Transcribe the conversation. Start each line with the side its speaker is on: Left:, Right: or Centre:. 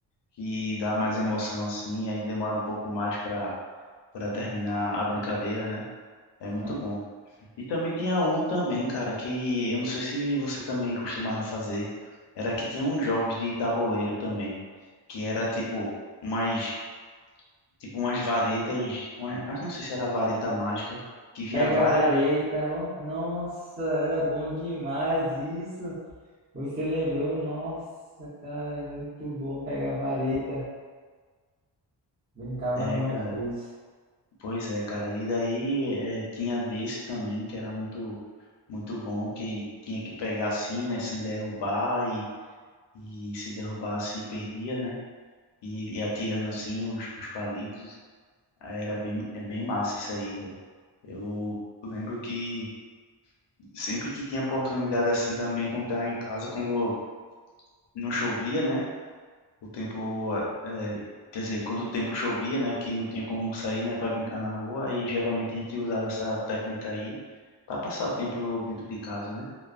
Left: Que dá mais emoção, assim, aí demora um pouco mais pra para terminar a brincadeira, né? É muito
Right: né?
Left: bom. E também tinha um também, cara, que eu não sei se você também costumava fazer, era que tinha uns jogos de tabuleiro também, que era tipo umas tipo umas varetas, uma, ah, não sei se era vareta mágica, que vinha
Right: Pega
Left: várias,
Right: a vareta, ó. Nossa, era bom demais isso. Você lembrou? Nossa, cara, é muito bom pegar a vareta. Brincava
Left: é,
Right: muito
Left: cara,
Right: com isso.
Left: pois é, cara. E daí é, tinha desse também que era muito muito bom, que tinha que pegar assim, né, sem derrubar e e se derrubasse perdia, né? e, e atirando assim os, os palitos. Aí Era bem, é bem massa isso aí, velho. Eu lembro que sempre que tinha oportunidade assim também, quando tava em casa, quando não chovia, né? O tempo, eh, quer dizer, quando o tempo chovia, né? Que não tinha como sair, né? para brincar na rua. Aí geralmente a gente usava essa técnica aí para passar o tempo dentro de casa, né?